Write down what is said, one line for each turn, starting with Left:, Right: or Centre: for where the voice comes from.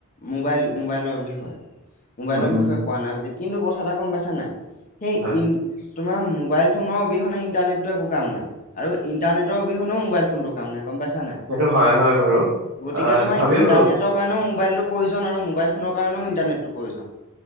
Left: মোবাইল, মোবাইলৰ বিষয়ে মোবাইলৰ
Right: উম উম
Left: বিষয়ে। কোৱা নাই বুলি, কিন্তু কথা এটা গম পাইছা নাই সেই
Right: হয়
Left: ইন তোমাৰ মোবাইল ফোনৰ অবিহনে, ইণ্টাৰনেটটো একো কাম নাই আৰু ইণ্টাৰনেটৰ অবিহনেও মোবাইল ফোনটো কাম নাই, গম পাইছা নাই।
Right: সেইটো হয় হয় বাৰু।
Left: গতিকে
Right: আহ
Left: তোমাৰ
Right: তথাপিও
Left: ইন্টাৰনেটৰ কাৰণেও মোবাইলটো প্ৰয়োজন আৰু মোবাইল ফোনৰ কাৰণেও ইণ্টাৰনেটটো প্ৰয়োজন।